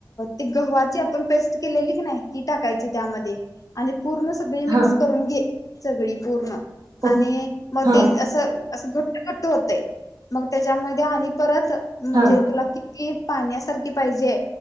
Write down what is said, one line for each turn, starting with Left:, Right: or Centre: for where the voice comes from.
Left: ते गव्हाची आपण पेस्ट केलेली की नाही, ती टाकायची त्यामध्ये आणि पूर्ण सगळी मिक्स
Right: हा
Left: करून घे सगळी, पूर्ण
Right: ओ
Left: आणि मग
Right: हा
Left: ते असं असं घट्ट घट्ट होतय मग त्याच्यामध्ये आणि परत म्हणजे
Right: हा हम्म
Left: तुला ते पाण्यासारखे पाहिजे